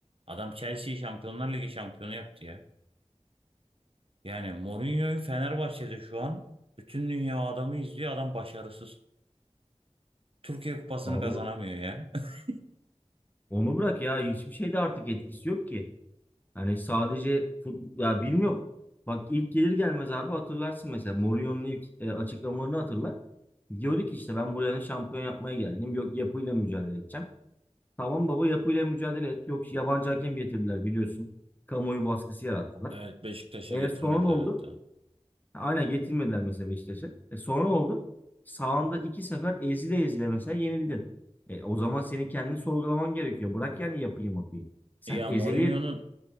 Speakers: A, on the right; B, on the left.
A: Adam Chelsea'yi Şampiyonlar Ligi şampiyonu yaptı ya. Yani Mourinho'yu Fenerbahçe'de şu an bütün dünya adamı izliyor. Adam başarısız. Türkiye Kupası'nı
B: Vallahi
A: kazanamıyor ya. <laughs>
B: onu bırak ya hiçbir şeyde artık etkisi yok ki. Hani sadece fut ya bilmiyorum. Bak ilk gelir gelmez abi hatırlarsın mesela Mourinho'nun ilk e, açıklamalarını hatırla. Diyordu ki işte ben buranın şampiyon yapmaya geldim. Yok yapıyla mücadele edeceğim. Tamam baba yapıyla mücadele et. Yok yabancı hakem getirdiler biliyorsun. Kamuoyu baskısı yarattılar.
A: Evet Beşiktaş'a
B: E
A: getirmediler
B: sonra ne oldu?
A: hatta.
B: Ha, Aynen getirmediler mesela Beşiktaş'a. E sonra ne oldu? Sağında iki sefer ezile ezile mesela yenildin. E, o zaman senin kendini sorgulaman gerekiyor. Bırak yani yapayım yapayım. Sen
A: Ya
B: ezeli
A: Mourinho'nun